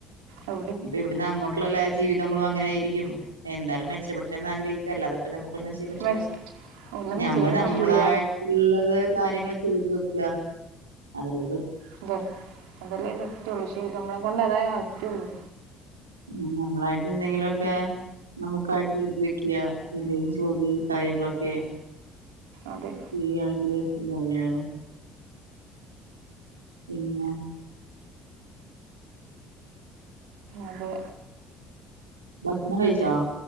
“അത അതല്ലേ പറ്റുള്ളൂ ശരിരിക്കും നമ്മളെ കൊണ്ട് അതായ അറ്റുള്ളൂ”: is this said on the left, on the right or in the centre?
Right